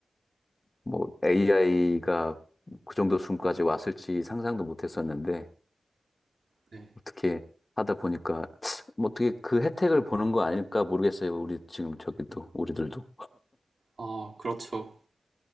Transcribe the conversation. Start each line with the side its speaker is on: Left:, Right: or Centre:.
Left: 뭐 AI가 그 정도 수준까지 왔을지 상상도 못 했었는데
Right: 네.
Left: 어떻게 하다 보니까 뭐 어떻게 그 혜택을 보는 거 아닐까 모르겠어요. 우리 지금 저기도 우리들도.
Right: 아, 그렇죠.